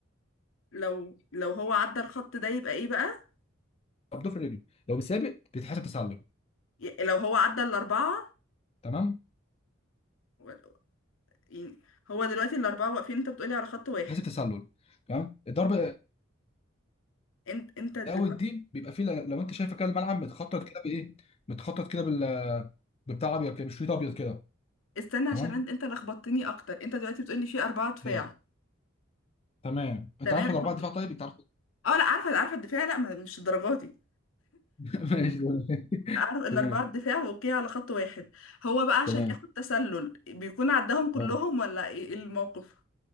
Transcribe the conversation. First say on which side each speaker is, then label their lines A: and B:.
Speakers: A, on the left; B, on the left.
A: لو لو هو عدى الخط ده يبقى ايه بقى
B: بضفر رجله لو مسابق بيتحسب تسلل
A: ي- لو هو عدى الأربعة
B: تمام
A: و- يعني هو دلوقتي الأربعة واقفين انت بتقولي على خط واحد
B: بيتحسب تسلل تمام الضربه
A: انت انت دلوقتي
B: الاوت دي بيبقى فيه لو انت شايف كده الملعب متخطط كده بايه متخطط كده بال ببتاع ابيض كده بشريط ابيض كده
A: استنى عشان
B: تمام
A: انت انت لخبطتني اكتر انت دلوقتي بتقولي في أربعة دفاع
B: إيه، تمام انت
A: تمام
B: عارف
A: احنا
B: الاربعه
A: بت-
B: دفاع طيب انت عارف
A: اه لا عارفة عارفة الدفاع لا ما- مش الدرجات دي
B: <laughs> ماشي تمام <laughs>
A: عارف الأربعة
B: تمام
A: الدفاع اوكي على خط واحد هو بقى عشان
B: تمام
A: ياخد تسلل بيكون عداهم كلهم
B: أه.
A: ولا ايه إيه الموقف